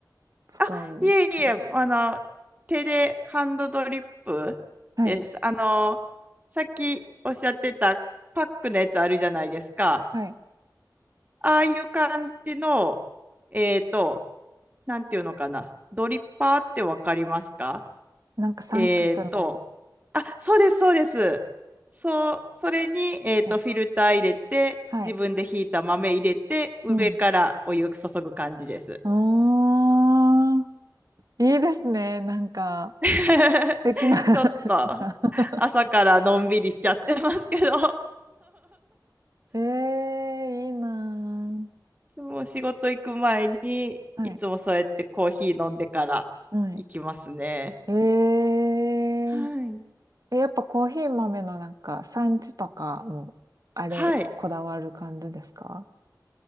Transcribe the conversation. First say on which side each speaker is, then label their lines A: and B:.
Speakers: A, on the right (about 55°); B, on the right (about 25°).
A: 使うんですか
B: あ、いえいえ、あの、手でハンドドリップです。
A: はい、
B: あの、さっきおっしゃってたパックのやつあるじゃないですか。
A: はい。
B: ああいう感じの、えっと、なんていうのかな。ドリッパーってわかりますか
A: なんか三角の、
B: えっと、あ、そうです、そうです。そう、それに、えっと、
A: はい、
B: フィルター入れて、
A: はい。
B: 自分でひいた豆入れて、上からお湯注ぐ感じです。
A: うん。おー、いいですね。なんか、
B: <laughs>
A: 素敵な、
B: ちょっと
A: <laughs>
B: 朝からのんびりしちゃってますけど、
A: ええー、いいな
B: <laughs> もう仕事行く前にいつもそうやってコーヒー飲んでから行きますね。
A: ー。はい、はい。ええ
B: はい。
A: え、やっぱコーヒー豆のなんか産地とかも、あれ、
B: はい。
A: こだわる感じですか